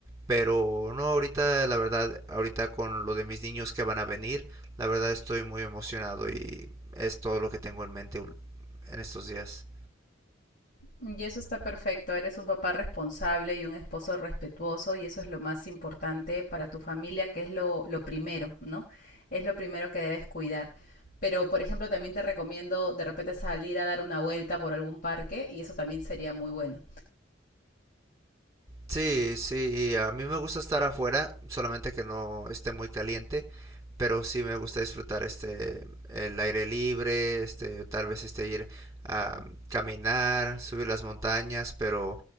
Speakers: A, on the right; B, on the left.
A: pero no ahorita, la verdad, ahorita con lo de mis niños que van a venir, la verdad estoy muy emocionado y es todo lo que tengo en mente en estos días.
B: Y eso está perfecto, eres un papá responsable y un esposo respetuoso y eso es lo más importante para tu familia, que es lo, lo primero, ¿no? Es lo primero que debes cuidar. Pero, por ejemplo, también te recomiendo de repente salir a dar una vuelta por algún parque y eso también sería muy bueno.
A: Sí, sí, a mí me gusta estar afuera, solamente que no esté muy caliente, pero sí me gusta disfrutar este el aire libre, este tal vez este ir a caminar, subir las montañas, pero